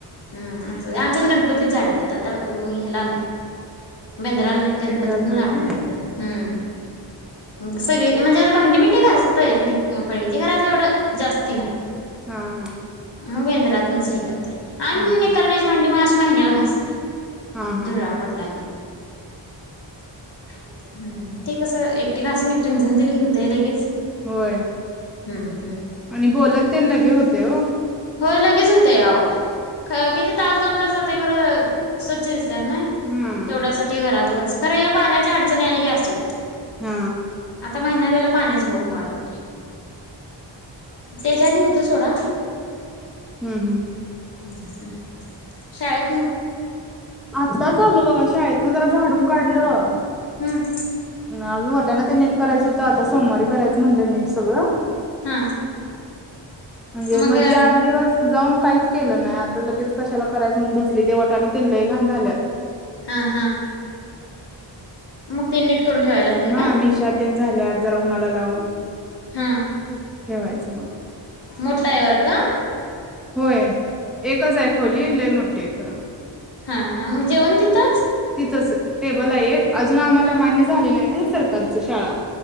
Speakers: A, on the left; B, in the centre.
A: हम् आमच्यात गणपतीच झाडतात आता हो ह्याला नाही बेंद्राला नाय गणपतीत
B: बेंद्राला
A: झाडून
B: नाही व्हय
A: काढतात हम्म सगळी म्हणजे भांडीबीडी घासतय फळीची गरज एवढं जास्ती नाही
B: हा हा
A: मग बेंद्रात हे करते आणि
B: हा हा.
A: <inaudible> म्हणजे मग अशी महिन्याला घासते
B: हा हा
A: दुरावा पडला हम् ते कस एकटी घासून एकटी धुन दिलं की होतंय लगेच
B: होय
A: हम्म हम
B: आणि बोलत ते लगे होते हो
A: होय लगेच हो तव अहो खर किती तास दोन तास जातय खर स्वच्छ दि तेवढ्यासाठी
B: हम्म
A: घरात खरं या पाण्याच्या अडचणी आल्या की असतोत
B: हा
A: महिना झाला पाण्याच होऊम घला त्याच्या आधी होत सोडा
B: हम्म हम्म
A: हम्म ह शायद
B: आत्ता चालो बघा शाळेत पण जरा झाड काढलं
A: हम्म
B: आम्ही वाटाना ते नेट करायचं होतं आता सोमवारी करायचं म्हणलं ने सगळं
A: हा
B: म्हणजे
A: मग
B: मध्ये आठ दिवस जाऊन काहीच केलं नाही आता लगेच कशाला करायचं म्हणून बसली ते वटानं तेन लही घाण झाल्यात
A: हा हा मग तेनिट करून ठेवाय लागते
B: हा
A: का
B: मिशा तेन झाल्यात जरा उन्हाला लावून
A: हा
B: ठेवायचं मग
A: मोठायवर्ग
B: व्हय एकच आहे खोली लै <unintelligible>
A: हा हा मग जेवण तितच?
B: तितच टेबल आहे एक अजून आम्हाला
A: हा
B: मान्य झाले नाही ना सरकारची शाळा